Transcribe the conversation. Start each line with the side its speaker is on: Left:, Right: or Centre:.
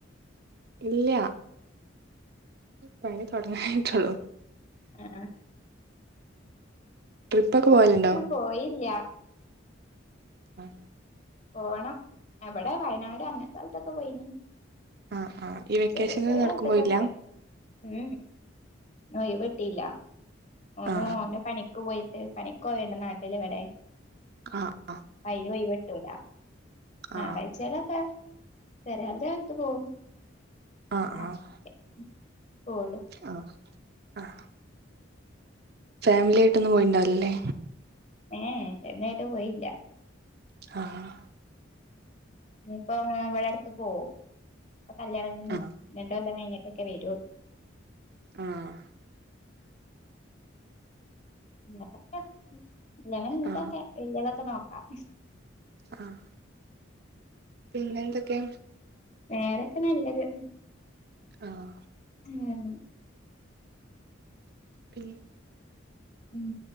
Right: ഇല്ല പണി തൊടങ്ങീട്ടൊള്ളു
Left: ആഹ് ആഹ്
Right: ട്രിപ്പൊക്കെ പോവലുണ്ടോ?
Left: പോയീല്ല്യ
Right: ആഹ്
Left: പോണം എവടെ വയനാട് അങ്ങനത്തെ സ്ഥലത്തൊക്കെ പോയിന്
Right: ആ ആ ഈ വെക്കേഷനിൽ
Left: ചെറിയ ചെറിയ
Right: എവ്ട്ക്കും
Left: അൽത്തിക്കൊക്കെ
Right: പോയില്ല
Left: ഉം ഇന്ന് ഒയിവ് കിട്ടീല്ല ഓനും
Right: ആ
Left: ഓന് പണിക്ക് പോയിട്ട് പണിക്ക് പോവല്ലെ നാട്ടില് ഇവടെ
Right: ആഹ് ആഹ്
Left: അയ്ന് ഒയിവ് കിട്ടൂല ഞായറാഴ്ചേലൊക്കെ
Right: ആ ആ
Left: ചെറിയാലടുത്ത് പോവും
Right: ആഹ്
Left: അങ്ങനൊക്കെ
Right: ആഹ്
Left: പോവുള്ളു
Right: ആഹ് ആഹ് ഫാമിലിയായ്ട്ടൊന്നും പോയിണ്ടാവി‌ല്ലല്ലേ
Left: ഏയ് ഫാമല്യായിട്ട് പോയില്ല്യ
Right: ആഹ്
Left: ഇഞ്ഞിപ്പം ഇവടടുത്ത് പോവും അപ്പൊ കല്ല്യാണം കഴിഞ്ഞ്
Right: ആ
Left: രണ്ടൊല്ലം കഴിഞ്ഞിട്ടൊക്കെ വെരുള്ളൂ
Right: ആഹ്
Left: എന്നിട്ടൊക്കെ കല്യാണം കഴിഞ്ഞിട്ടൊക്കെ
Right: ആ
Left: വല്യതൊക്കെ നോക്കാം
Right: ആഹ് പിന്നെന്തൊക്കെയാ
Left: വേരൊക്കെ നല്ലത്
Right: ആഹ്
Left: ഉം
Right: പിൻ
Left: ഉം